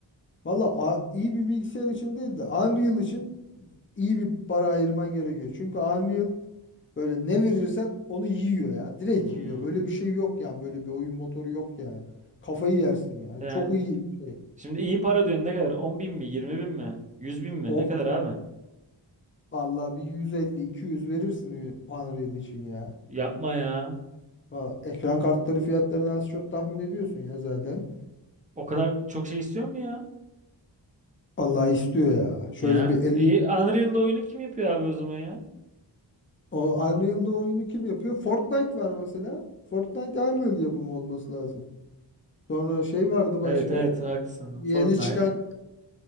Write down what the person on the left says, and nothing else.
valla a- iyi bir bilgisayar için değil de Unreal için iyi bir para ayırman gerekiyor. Çünkü Unreal böyle ne verirsen onu yiyor ya. Direkt
yiyor. Öyle bir şey yok ya. Böyle bir oyun motoru yok ya. Kafayı yersin ya.
Çok iyi bir şey.
On,
vallahi bir 150-200 verirsin Unreal için ya.
Va- Ekran kartları fiyatlarını az çok tahmin ediyorsun ya zaten.
Allah istiyor ya. Şöyle
bir 50,
o Unreal'da oyunu kim yapıyor? Fortnite var mesela. Fortnite Unreal yapımı olması lazım. Sonra şey vardı başka.
Yeni
çıkan